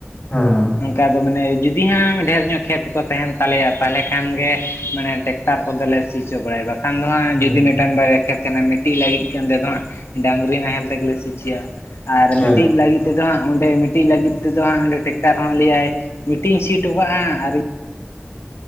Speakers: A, on the left; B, on the left.
A: ᱦᱮᱸ ᱦᱮᱸ᱾
B: ᱚᱱᱠᱟ ᱫᱚ ᱢᱟᱱᱮ ᱡᱩᱫᱤ ᱦᱟᱸᱜ ᱰᱷᱮᱨ ᱧᱚᱜ ᱠᱷᱮᱛ ᱠᱚ ᱛᱟᱦᱮᱱ ᱛᱟᱞᱮᱭᱟ, ᱛᱟᱦᱚᱞᱮ ᱠᱷᱟᱱ ᱜᱮ ᱢᱟᱱᱮ ᱴᱮᱠ, ᱛᱟᱨ ᱠᱚᱫᱮᱞᱮ ᱥᱤ ᱪᱚ ᱵᱟᱲᱟᱭᱟ ᱵᱟᱠᱷᱟᱱ ᱫᱚ ᱦᱟᱸᱜ
A: ᱦᱮᱸ
B: ᱡᱩᱫᱤ ᱢᱤᱫᱴᱟᱝ ᱵᱟᱨᱭᱟ ᱠᱷᱮᱛ ᱛᱟᱦᱮᱸᱱᱟ, ᱢᱤᱫᱴᱤᱡ ᱞᱟᱹᱜᱤᱫ ᱠᱟᱱᱛᱮ ᱫᱚ ᱦᱟᱸᱜ ᱰᱟᱹᱟᱝᱨᱤ ᱱᱟᱦᱮᱞ ᱛᱮᱜᱮ ᱞᱮ ᱥᱤᱪᱚᱭᱟ ᱟᱨ
A: ᱦᱮᱸ
B: ᱢᱤᱫᱴᱤᱡ ᱞᱟᱹᱜᱤᱫ ᱛᱮᱫᱚ ᱦᱟᱸᱜ ᱚᱸᱰᱮ ᱢᱤᱫᱴᱤᱡ ᱞᱟᱹᱜᱤᱫ ᱛᱮᱫᱚ ᱦᱟᱸᱜ ᱚᱸᱰᱮ ᱴᱮᱠᱴᱟᱨ ᱦᱚᱸ ᱞᱟᱹᱭᱟᱭ ᱢᱤᱫᱴᱤᱧ ᱥᱤᱴᱚ ᱠᱟᱜᱼᱟ! ᱟᱨ